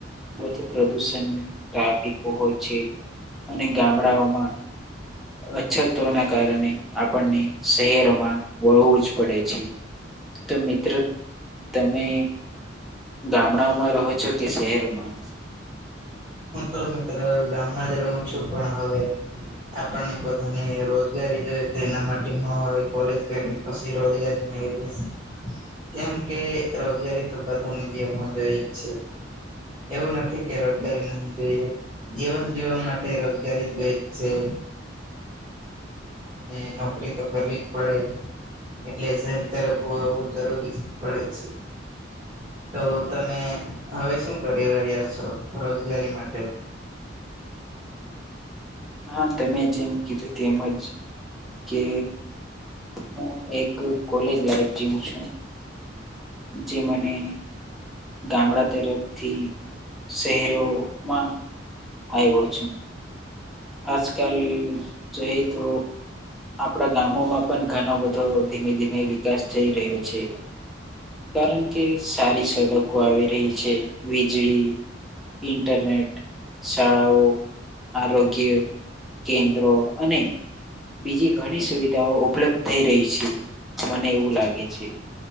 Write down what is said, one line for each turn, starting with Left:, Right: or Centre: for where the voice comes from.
Centre: વધુ પ્રદુષણ ટ્રાફિકો હોય છે અને ગામડાઓમાં અછતો ના કારણે આપણને શહેરોમાં વાઊજ પડે છે તો મિત્રો તમે ગામડાઓમાં રહો છો કે શહેરમાં.
Right: હું તો મિત્ર ગામમાં જ રહું છું પણ હવે. આપણને બધાને રોજગારી જો તો એના માટે હ હવે કોલેજ કરીને પછી રોજગારી મે <unintelligible> કેમ કે રોજગારી તો બધાને જીવનમાં જોય જ છે. એવું નથી કે રોજગારી નો જોઈએ જીવન જીવન માટે રોજગારી જઈએ જ છે. અને નોકરી તો કરવી જ પડે. એટલે શહેર તરફ <unintelligible> જરૂરી પડે છે. તો તમે હવે શું કરી રહ્યા છો રોજ ઘરી માટે.
Centre: હા તમે જેમ કીધું તેમજ કે હું એક કોલેજ લાઈફ જીવું છું. જે મને ગામડા તરફથી શહેરોમાં આવ્યો છું. આજ કલ જોઈ તો આપણા ગામોમાં પણ ઘણો બધો ધીમે ધીમે વિકાસ થઈ રહ્યો છે કારણ કે સારી સડકો આવી રહી છે વીજળી ઇન્ટરનેટ શાળાઓ આગ્ય કેન્દ્રો અને બીજી ઘણી સુવિધાઓ ઉપલબ્ધ થઈ રહી છે મને એવું લાગે છે